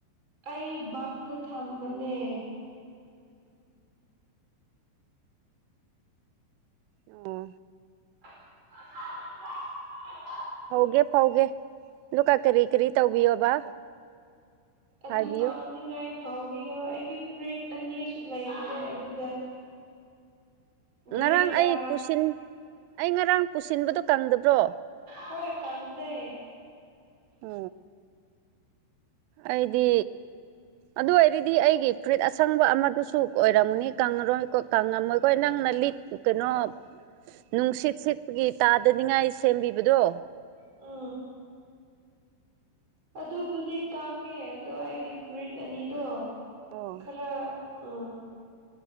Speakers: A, on the right; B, on the right.
A: ꯑꯩ ꯕꯝꯗ ꯊꯝꯕꯅꯦ
B: ꯑꯣ
A: <inaudible>
B: ꯐꯧꯒꯦ ꯐꯧꯒꯦ ꯗꯨꯀ ꯀꯔꯤ ꯀꯔꯤ ꯇꯧꯕꯤꯌꯣꯕ
A: ꯑꯗꯨ
B: ꯍꯥꯏꯕꯤꯌꯨ
A: ꯀꯪꯅꯤꯡꯉꯥꯏ ꯐꯥꯎꯕꯤꯌꯣ ꯑꯩꯒꯤ ꯐꯨꯔꯤꯠ ꯑꯅꯤꯁꯨ ꯂꯩꯕꯅꯦ ꯑꯗꯨꯗ ꯒ꯭ꯔꯦꯒ
B: ꯉꯔꯥꯡ ꯑꯩ ꯄꯨꯁꯤꯟ ꯑꯩ ꯉꯔꯥꯡ ꯄꯨꯁꯤꯟꯕꯗꯨꯣ ꯀꯪꯗꯕ꯭ꯔꯣ
A: ꯍꯣꯏ ꯀꯪꯗꯦ
B: ꯑ ꯑꯩꯗꯤ ꯑꯗꯨ ꯑꯣꯏꯔꯗꯤ ꯑꯩꯒꯤ ꯐꯨꯔꯤꯠ ꯑꯁꯪꯕ ꯑꯃꯗꯨꯁꯨ ꯁꯨꯛ ꯑꯣꯏꯔꯝꯃꯨꯅꯤ ꯀꯪꯉꯔꯣꯏ ꯀꯣ ꯀꯪꯉꯝꯃꯣꯏꯀꯣꯏ ꯅꯪꯅ ꯂꯤꯠꯀꯅꯣ ꯅꯨꯡꯁꯤꯠ ꯁꯤꯠꯄꯒꯤ ꯇꯥꯗꯅꯤꯡꯉꯥꯏ ꯁꯦꯝꯕꯤꯕꯗꯣ
A: ꯑ ꯑꯗꯨꯕꯨꯗꯤ ꯀꯪꯉꯦ ꯑꯗꯣ ꯑꯩꯒꯤ ꯐꯔꯤꯠ ꯑꯅꯤꯗꯣ
B: ꯑꯣ
A: ꯈꯔ ꯑ